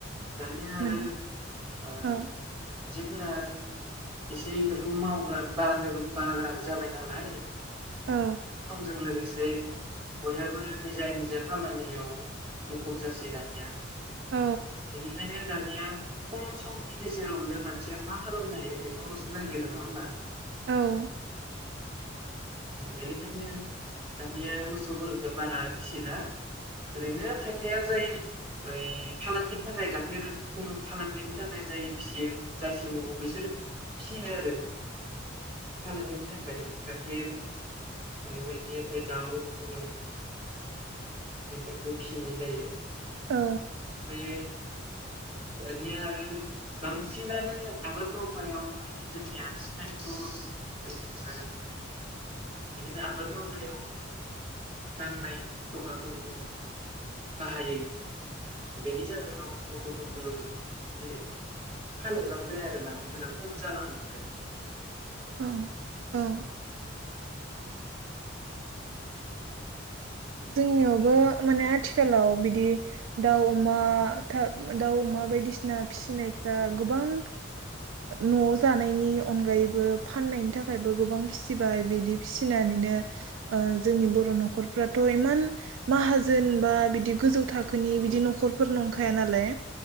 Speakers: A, on the right (about 30°); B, on the right (about 80°).
A: दानि आरो
B: मोन
A: ओ
B: औ
A: फोरा एसे इफोरखौ मावग्रा बानोबो बाग्राबो जाबाय नालाय
B: औ
A: समजों लोगोसे बयहाबो निजा निजा खामानियाव मुखुब जासै दानिया
B: औ
A: बेनिखायनो दानिया खम समनि गेजेरावनो मानसिया मा खालामनो हायो बेखौल'सो नागिरो नङा होमबा
B: औ
A: बेनिखायनो दानिया मोसौफोरखौ बारा फिसिला ओरैनो खायफाया जाय ओइ फालांगि नि थाखाय गाइखेर खुनु फालांगिनि थाखाय जाय फिसियो जारसि मावो बिसोर फिसियो आरो फालांगिनि थाखाय गाइखेर बेबायदि ओमफ्राय दाउ उ बेफोरखौ फिसिनाय जायो
B: औ
A: ओमफ्राय दानिया आरो बांसिनानो आबाद मावनायाव माने जोंनिया ट्रेक्टर बायदिसिना बिदिनो आबाद मावनायाव नांनाय जगरफोरखौ बाहायो बेनि जाहोनाव मोसौफोरखौ एसे फाललांबाय आरो मानसिफोरा खम जालांबाय
B: औ औ जोंनियावबो माने आथिखालाव बिदि दाउ अमा दाउ अमा बायदिसिना फिसिनायफ्रा गोबां न'आव जानायनि अनगायैबो फाननायनि थाखायबो गोबां फिसिबाय बिदि फिसिनानैनो जोंनि बर' न'खरफ्रा इमान माहाजोन बा बिदि गोजौ थाखो नि
A: औ
B: बिदि न'खरफोर नंखाय हायानालाय